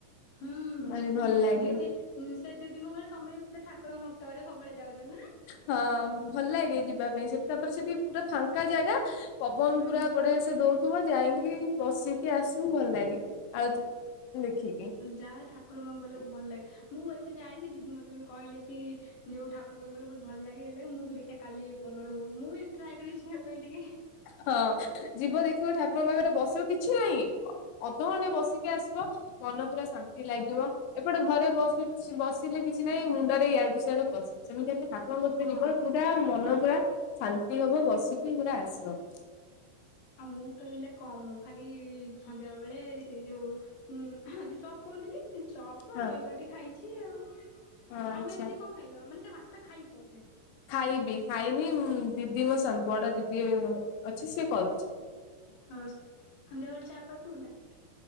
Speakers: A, on the left; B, on the left.
A: ହୁଁ
B: ଭାରି ଭଲ ଲାଗେ
A: ଦିଦି ସେ ଦିଦିଙ୍କ ଭଳି ତମେ ବିେ ଠାକୁରଙ୍କ ଭ ତ ଯେ ସବୁବେଳେ ଯାଉଛ ନା।
B: ହଁ ଭଲ ଲାଗେ ଯିବା ପାଇଁ ସେଠି ତାପରେ ସେଠି ପୁରା ଫାଙ୍କା ଜାଗା। ପବନ
A: ହୁଁ
B: ପୁରା ବଢ଼ିଆସେ ଦଉଥିବ ଯାଇକି ବସ କି ଆସିବୁ ଭଲ ଲାଗେ ଆଉ ଦେଖିକି।
A: ଯାହାେଲେ ଠାକୁର ମଙ୍କୁ ଗଲେ ଭଲ ଲାଗେ ମୁଁ ଏତେ ଯାଏନି ଦିଦି ମତେ କେମିତି କହିଲେ କି ଯୋଉ ଠାକୁର ବା କଲେ ବହୁତ ଭଲ ଲାଗେଇ ମୁଁ ବି ଦେଖିବା କାଲି ପନଳୁ ମୁଁ ବି ଟ୍ରାଏ କରିବି ଯିବା ପାଇଁ ଟିକେ
B: ହଁ ଯିବ ଦେଖିବ ଠାକୁର ପାଖରେ ବସିବ କିଛି ନାହିଁ ଅଧ ଘଣ୍ଟେ ବସିକି ଆସିବ। ମନ ପୁରା ଶାନ୍ତି ଲାଗିବ ଏପଟେ ଘରେ ବସ ବସିଲେ କିଛି ନାହିଁ ମୁଣ୍ଡ ରେ ଇଆଡୁ ସିଆଡୁ ପଶି ସେମିତି ହେଲେ ଆପଣଙ୍କରେ
A: ହଁ।
B: ଜୀବ ଯୁଟା ମନ ପୁରା ମନ ପୁରା ଶାନ୍ତି ହବ ବସିକି ପୁରା ଆସିବ। <inaudible>
A: ଆଉ ମୁଁ ତ ହେଲେ କମ ଖାଲି ସନ୍ଧ୍ୟା ବେଳେ ସେଇ ଯୋଉ ଉଁ ହଁ ଯୋଉ ଚପ୍ କହୁଥିଲି ସେ ଚପ୍ କଣ
B: ହଁ
A: ଦହିବରାଟି ଖାଇଚି ଆଉ
B: ହଁ ଆଚ୍ଛା
A: ତମେ ଦିଦି କଣ ଖାଇଲ ମାନେ ଟିକେ ବାସ୍ତା ଖାଇବ ଏବେ।
B: ଖାଇବି ଖାଇନି ଦିଦି ମୋ ବଡ଼ ଦିଦି ଅଛି ସେ କରୁଚି
A: ହ ସ ସନ୍ଧ୍ୟା ବେଳେ ଚା ଫା ପିଉନା